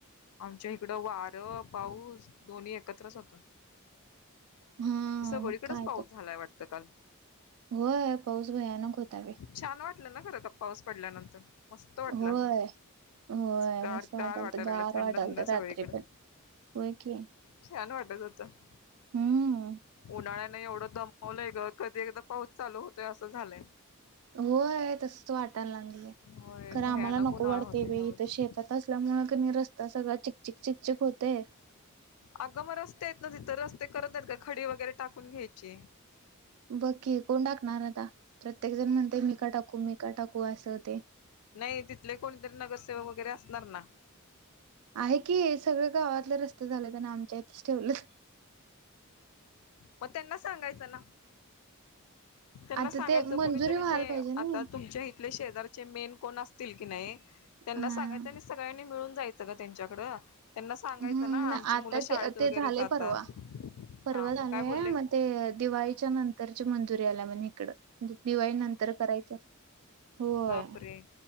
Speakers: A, on the left; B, on the right.
A: आमच्या इकडं वारं पाऊस दोन्ही एकत्रच होतं.
B: हा
A: सगळीकडेच
B: मग काय
A: पाऊस
B: तर
A: झालाय वाटतं काल.
B: होय पाऊस भयानक होता बाई.
A: छान वाटलं ना खरं का पाऊस पडल्यानंतर मस्त वाटलं
B: होय.
A: असं. अस
B: होय
A: गार
B: मस्त वाटालत
A: गार वाटायला
B: गार
A: लागलं थंड
B: वाटालत
A: थंड
B: रात्री
A: सगळीकडं.
B: पण होय की.
A: छान वाटत होतं
B: हम्म
A: उन्हाळ्यान एवढं दम मवलय ग कधी एकदा पाऊस चालू होतोय असं झालंय.
B: होय तसंच वाटायला लागलंय,
A: होय
B: खरं
A: भयानक
B: आम्हाला नको
A: उन्हाळा
B: वाटतंय
A: होता
B: बाई
A: या वर्षी.
B: इथं शेतात असल्यामुळे की नाही रस्ता सगळा चिकचिक चिकचिक होतंय.
A: अगं मग रस्ते आहेत ना तिथं, रस्ते करत नाहीत का? खडी वगैरे टाकून घ्यायची.
B: बघ की कोण टाकणार आता प्रत्येक जण म्हणतंय मी का टाकू मी का टाकू असं होतंय.
A: नाही तिथले कोणीतरी नगरसेवक वगैरे असणार ना?
B: आहे की सगळं गावातले रस्ते झालेत आणि आमच्या इथेच ठेवलेत.
A: मग त्यांना सांगायचं ना. त्यांना
B: आता
A: सांगायचं
B: ते मंजुरी
A: कुणीतरी
B: व्हायला
A: जे
B: पाहिजे
A: आता
B: नी.
A: तुमच्या ही आपले शेजारचे मेन कोण असतील की नाही त्यांना
B: हा.
A: सांगायचं आणि सगळ्यांनी मिळून जायच. सगळं त्यांच्याकडं. त्यांना सांगायचं
B: हम्म.
A: ना आमची
B: आता
A: मुलं शाळेत वगैरे
B: ते झालंय
A: जातात.
B: परवा. परवा
A: हा. मग
B: झालंय
A: काय बोलले?
B: मग ते दिवाळीच्या नंतरची मंजुरी आल्या म्हणे इकडं. दिवाळी नंतर करायचं. होय.
A: बापरे